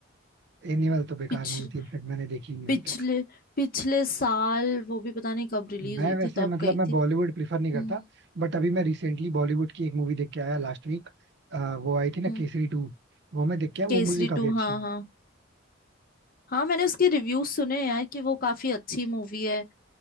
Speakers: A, on the right (about 55°); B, on the left (about 45°).
A: एनिमल तो बेकार
B: पिछ
A: मूवी थी इनफैक्ट मैंने देखी नहीं
B: पिछले
A: अभी तक
B: पिछले साल वो भी पता नहीं कब रिलीज
A: मैं
B: हुई
A: वैसे
B: थी तब
A: मतलब
B: गई
A: मैं
B: थी
A: बॉलीवुड प्रिफर नहीं करता
B: हम्म
A: बट अभी मैं रिसेंटली बॉलीवुड की एक मूवी देख के आया लास्ट वीक वो आई थी ना
B: हम्म
A: केसरी टू वो मैं देख के आया
B: केसरी
A: वो मूवी काफी
B: टू
A: अच्छी
B: हाँ
A: है
B: हाँ हाँ मैंने उसके रिव्यूज सुने यार कि वो काफी अच्छी मूवी है